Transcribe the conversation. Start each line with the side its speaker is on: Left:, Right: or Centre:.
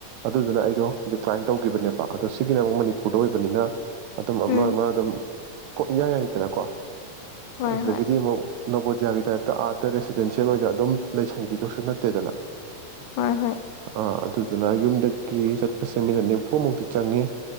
Right: ꯑꯗꯨꯗꯨꯅ ꯑꯩꯗꯣ ꯗꯤꯀ꯭ꯂꯥꯏꯟ ꯇꯧꯈꯤꯕꯅꯦꯕ ꯑꯗꯣ ꯁꯤꯒꯤꯅ ꯑꯃꯨꯛ ꯃꯅꯤꯄꯨꯔꯗ ꯑꯣꯏꯕꯅꯤꯅ ꯑꯗꯨꯝ ꯑꯃ
Left: ꯎꯝ
Right: ꯑꯃ ꯑꯗꯨꯝ ꯀꯣ ꯏꯌꯥ ꯌꯥꯏꯗꯅꯀꯣ
Left: ꯍꯣꯏ
Right: ꯑꯗꯨꯗꯒꯤꯗꯤ
Left: ꯍꯣꯏ
Right: ꯑꯃꯨꯛ ꯅꯕꯣꯗꯤꯌꯥꯒꯤ ꯇꯥꯏꯞꯇ ꯑꯥꯗ ꯔꯦꯁꯤꯗꯦꯟꯁꯤꯌꯦꯜ ꯑꯣꯏꯅ ꯑꯗꯨꯝ ꯂꯩꯁꯤꯟꯈꯤꯗꯧꯁꯨ ꯅꯠꯇꯦꯗꯅ
Left: ꯍꯣꯏ ꯍꯣꯏ
Right: ꯑꯥ ꯑꯗꯨ ꯑꯗꯨꯅ ꯌꯨꯝꯗꯒꯤ ꯆꯠꯄꯁꯦ ꯃꯤꯅꯠ ꯅꯤꯐꯨ ꯃꯨꯛꯇꯤ ꯆꯪꯉꯦ